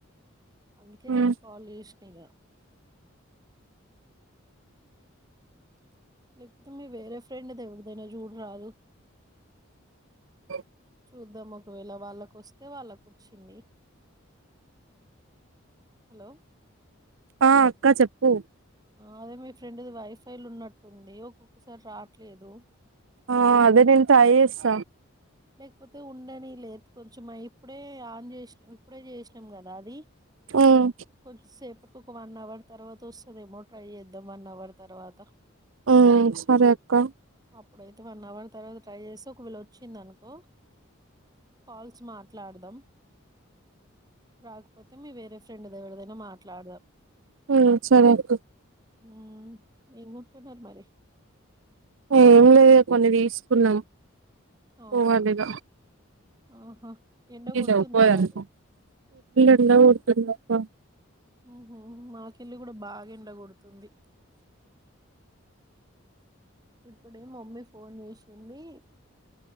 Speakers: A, on the right; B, on the right.
A: అందుకే నీక్
B: ఉమ్
A: కాల్ చేసిన ఇగ లేకపోతే మీ వేరే ఫ్రెండ్ ది ఎవరిదైనా చూడరాదు
B: చ్
A: చూద్దాం ఒకవేళ వాళ్ళకు వస్తే వాళ్ళకు వచ్చింది హలో
B: ఆ అక్క చెప్పు
A: అదే మీ ఫ్రెండ్ది వైఫై లో ఉన్నట్టుంది ఒక్కొక్కసారి రాట్లేదు
B: ఆ అదే నేను ట్రై చేస్త
A: లేకపోతే ఉండని లే కొంచెం ఆయి ఇప్పుడే ఆన్ చేసినం ఇప్పుడే చేసినాం కదా అది
B: ఉమ్
A: కొంచెంసేపటికి ఒక వన్ అవర్ తర్వాత వస్ దేమో ట్రై చేద్దాం వన్ అవర్ తర్వాత
B: ఉమ్ సరే అక్క
A: అప్పుడు అయితే వన్ అవర్ తర్వాత ట్రై చేస్తే ఒకవేళ వచ్చింది అనుకో కాల్స్ మాట్లాడదాం రాకపోతే మీ వేరే ఫ్ ఫ్రెండ్ ది ఎవరిదైనా మాట్లాడదాం
B: ఉమ్ సరే అక్క
A: హ్మ్ ఏం కొంటున్నారు మరి
B: ఏం లేదు కొన్ని తీసుకున్నాం
A: అవునా
B: పోవాలీగ
A: ఆహా! ఎండ కొడుతుందారా
B: ర పోవాలి
A: అటు?
B: ఎండ ఫుల్ కొడుతుంది స
A: ఉహ మాకెళ్ళి కూడా బాగా ఎండగొడుతుంది ఇప్పుడే మబ్బు ఫోన్ చేసింది